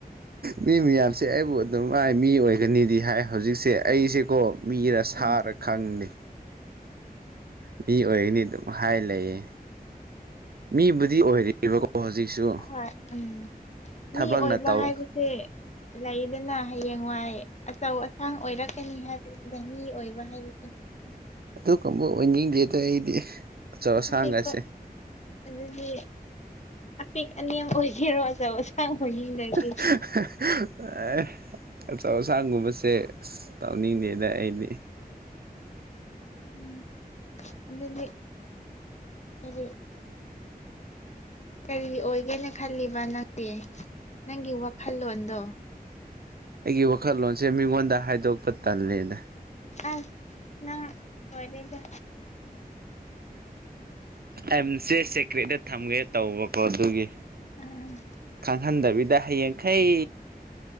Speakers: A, on the right (about 75°); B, on the left (about 45°).
A: ꯃꯤ ꯃꯌꯥꯝꯁꯦ ꯑꯩꯕꯨ ꯑꯗꯨꯝꯃꯥꯏ ꯃꯤ ꯑꯣꯏ ꯒꯅꯤꯗꯤ ꯍꯥꯏ ꯍꯧꯖꯤꯛꯁꯦ ꯑꯩꯁꯦꯀꯣ ꯃꯤꯔ ꯁꯥꯔ
B: ꯎꯝ
A: ꯈꯪꯗꯦ ꯃꯤ ꯑꯣꯏꯒꯅꯤ ꯑꯗꯨꯝ ꯍꯥꯏ ꯂꯩꯌꯦ ꯃꯤꯕꯨꯗꯤ ꯑꯣꯏꯔꯤꯕꯀꯣ ꯍꯧꯖꯤꯛꯁꯨ
B: ꯍꯣꯏ ꯎꯝ ꯃꯤ
A: ꯊꯕꯛꯅ
B: ꯑꯣꯏꯕ
A: ꯇꯧ
B: ꯍꯥꯏꯕꯁꯦ ꯂꯩꯗꯅ ꯍꯌꯦꯡꯋꯥꯏ ꯑꯆꯧ ꯑꯁꯥꯡ ꯑꯣꯏꯔꯛꯀꯅꯤ ꯍꯥꯏꯕꯁꯤꯗ ꯃꯤ ꯑꯣꯏꯕ ꯍꯥꯏꯕꯁꯦ
A: ꯑꯗꯨ ꯀꯥꯡꯕꯨ ꯑꯣꯏꯅꯤꯡꯗꯦꯗ ꯑꯩꯗꯤ ꯑꯆꯧ ꯑꯁꯥꯡꯒꯁꯦ
B: ꯑꯄꯤꯛꯄ ꯑꯗꯨꯗꯤ ꯑꯄꯤꯛ ꯑꯅꯦꯝ ꯑꯣꯏꯒꯦꯔꯣ ꯑꯆꯧ ꯑꯁꯥꯡ ꯑꯣꯏꯅꯤꯡꯗꯔꯗꯤ
A: ꯍ ꯍ ꯍ ꯑꯦ ꯑꯆꯧ ꯑꯁꯥꯡꯒꯨꯝꯕꯁꯦ ꯑꯁ ꯇꯧꯅꯤꯡꯗꯦꯗ ꯑꯩꯗꯤ
B: ꯎꯝ ꯑꯗꯨꯗꯤ ꯀꯔꯤ ꯀꯔꯤ ꯑꯣꯏꯒꯦꯅ ꯈꯜꯂꯤꯕ ꯅꯪꯗꯤ ꯅꯪꯒꯤ ꯋꯥꯈꯜꯂꯣꯟꯗꯣ
A: ꯑꯩꯒꯤ ꯋꯥꯈꯜꯂꯣꯟꯁꯦ ꯃꯤꯉꯣꯟꯗ ꯍꯥꯏꯗꯣꯛꯄ ꯇꯜꯂꯦꯗ
B: ꯑꯥ ꯅꯪ ꯂꯣꯏꯔꯦꯗ
A: ꯑꯦꯝꯁꯦ ꯁꯦꯀ꯭ꯔꯦꯠꯇ ꯊꯝꯒꯦ ꯇꯧꯕꯀꯣ ꯑꯗꯨꯒꯤ
B: ꯑꯥ
A: ꯈꯪꯍꯟꯗꯕꯤꯗ ꯍꯌꯦꯡꯈꯩ